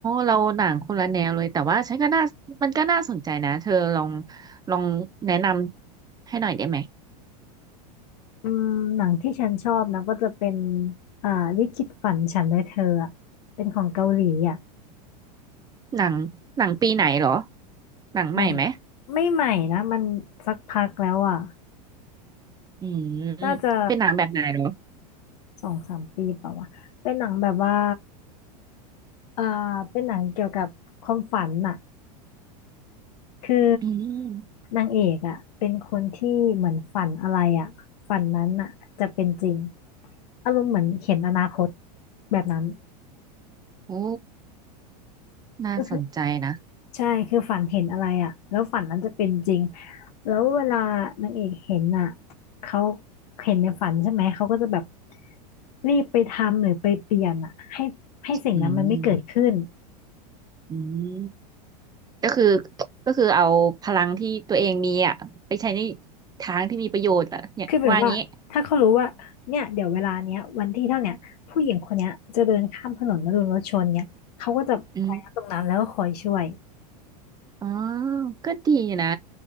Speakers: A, on the right (about 20°); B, on the left (about 70°).
A: เราหนังคนละแนวเลยแต่ว่าฉันก็น่ามันก็น่าสนใจนะเธอลองลองแนะนำให้หน่อยได้ไหม
B: อืมหนังที่ฉันชอบนะก็จะเป็นอ่าลิขิตฝันฉันและเธออะเป็นของเกาหลีอ่ะ
A: หนังหนังปีไหนเหรอหนังใหม่ไหม
B: หนังไม่ใหม่นะมันสักพักแล้วอ่ะ
A: อืม
B: น่าจะ
A: เป็นหนังแบบไหนเหรอ
B: สองสามปีเปล่าวะเป็นหนังแบบว่า อ่าเป็นหนังเกี่ยวกับความฝันน่ะคือ
A: อืม
B: นางเอกอ่ะเป็นคนที่เหมือนฝันอะไรอ่ะฝันนั้นน่ะจะเป็นจริงอารมณ์เหมือนเห็นอนาคตแบบนั้น
A: โอ้
B: <laughs>
A: น่าสนใจนะ
B: ก็คือใช่คือฝันเห็นอะไรอ่ะแล้วฝันนั้นจะเป็นจริงแล้วเวลานางเอกเห็นอ่ะเขาเห็นในฝันใช่ไหมเขาก็จะแบบรีบไปทำหรือไปเปลี่ยนอ่ะให้ให้สิ่งนั้นมันไม่เกิดขึ้น
A: อืมอืมก็คือก็คือเอาพลังที่ตัวเองมีอ่ะไปใช้ในทางที่มีประโยชน์อ่ะเนี่ยว่างี้
B: คือแบบว่าถ้าเขารู้ว่าเนี่ยเดี๋ยวเวลาเนี้ยวันที่เท่าเนี้ยผู้หญิงคนเนี้ยจะเดินข้ามถนนแล้วโดนรถชนเนี่ยเขาก็จะไปนะตรงนั้นแล้วก็คอยช่วย
A: อืมอ๋อก็ดีนะ